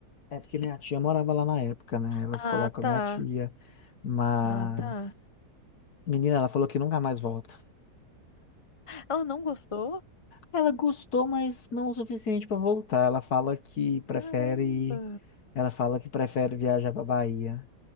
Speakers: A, on the left; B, on the left.
A: é porque minha tia morava lá na época, né? Ela
B: Ah,
A: ficou lá com
B: tá.
A: a minha tia, mas
B: Ah, tá.
A: menina, ela falou que nunca mais volta.
B: Ela não gostou?
A: Ela gostou, mas não o suficiente para voltar. Ela fala que prefere,
B: Caramba.
A: ela fala que prefere viajar para Bahia,